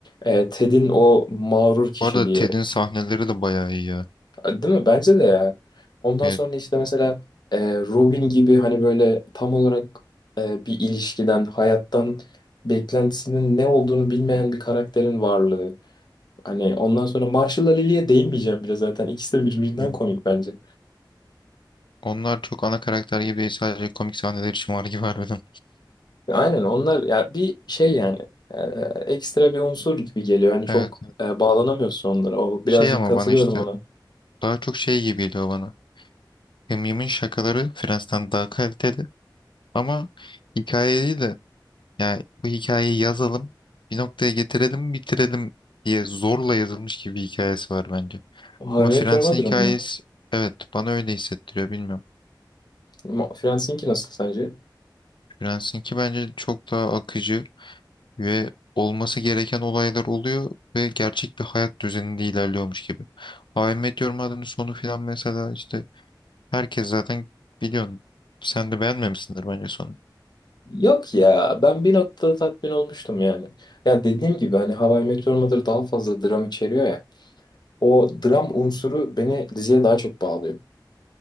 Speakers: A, on the left; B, on the left.
A: e, Ted'in o mağrur kişiliği
B: Bu arada Ted'in sahneleri de bayağı iyi ya.
A: değil mi? Bence de ya. Ondan
B: Evet,
A: sonra işte mesela e, Robin gibi hani böyle tam olarak e, bir ilişkiden, hayattan beklentisinin ne olduğunu bilmeyen bir karakterin varlığı. Hani ondan sonra Marshall'la Lily'ye değinmeyeceğim bile zaten. İkisi de birbirinden
B: evet.
A: komik bence.
B: Onlar çok ana karakter gibi değil, sadece komik sahneler için <laughs> var gibi harbiden.
A: Aynen onlar ya bir şey yani e, ekstra bir unsur gibi geliyor. Hani
B: Evet.
A: çok e, bağlanamıyorsun onlara. O
B: Şey
A: birazcık
B: ama
A: katılıyorum
B: bana işte
A: ona.
B: daha çok şey gibi geliyor bana. Yımyım'ın şakaları Friends'ten daha kaliteli ama hikayeyi de yani bu hikayeyi yazalım bir noktaya getirelim bitirelim diye zorla yazılmış gibi bir hikayesi var bence.
A: How
B: Ama
A: I
B: Friends'in
A: Met Your Mother'ın
B: hikayesi
A: mı?
B: evet bana öyle hissettiriyor bilmiyorum.
A: Ma- Friends'inki nasıl sence?
B: Friends'inki bence çok daha akıcı ve olması gereken olaylar oluyor ve gerçek bir hayat düzeninde ilerliyormuş gibi. How I Met Your Mother'ın sonu filan mesela işte herkes zaten biliyorsun sen de beğenmemişsindir bence sonu.
A: Yok ya ben bir noktada tatmin olmuştum yani. Ya dediğim gibi hani How I Met Your Mother daha fazla dram içeriyor ya. O dram unsuru beni diziye daha çok bağlıyor.